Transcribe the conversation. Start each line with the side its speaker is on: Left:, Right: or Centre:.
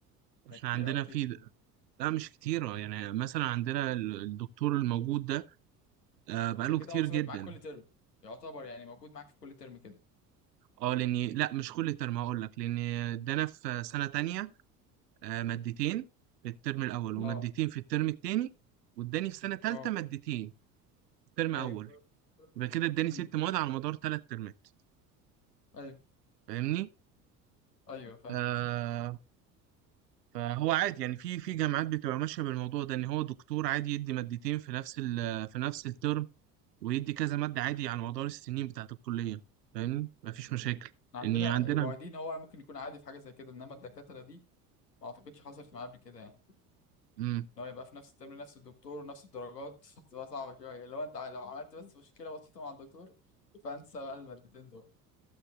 Left: ده
Right: احنا
Left: كتير
Right: عندنا
Left: قوي كده
Right: في لا مش كتيرة يعني مثلا عندنا ال- الدكتور الموجود ده آه، بقاله
Left: ده كده
Right: كتير
Left: هو ثابت
Right: جدا
Left: معاك كل ترم يعتبر يعني موجود معاك في كل ترم كده
Right: اه لاني لا مش كل ترم هقول لك لان ادانا في سنة تانية آه، مادتين في الترم الاول ومادتين
Left: اه
Right: في الترم التاني واداني في سنة تالتة
Left: اه
Right: مادتين في الترم اول
Left: ايوه
Right: يبقى كده اداني
Left: امم
Right: ست مواد على مدار ثلاث ترمات
Left: ايوه
Right: فاهمني
Left: ايوه فاهم
Right: آه فهو عادي يعني في في جامعات بتبقى ماشيه بالموضوع ده ان هو دكتور عادي يدي مادتين في نفس ال في نفس الترم ويدي كذا ماده عادي على مدار السنين بتاعه الكليه فاهمني مفيش مشاكل
Left: احنا عندنا
Right: ان عندنا
Left: المعيدين هو ممكن يكون عادي في حاجه زي كده انما الدكاتره دي ما اعتقدش حصلت معايا قبل كده يعني
Right: مم.
Left: ان هو يبقى في نفس الترم نفس الدكتور ونفس الدرجات <laughs> بتبقى صعبة شوية لو انت لو عملت بس مشكلة بسيطة مع الدكتور فانسى بقى المادتين دول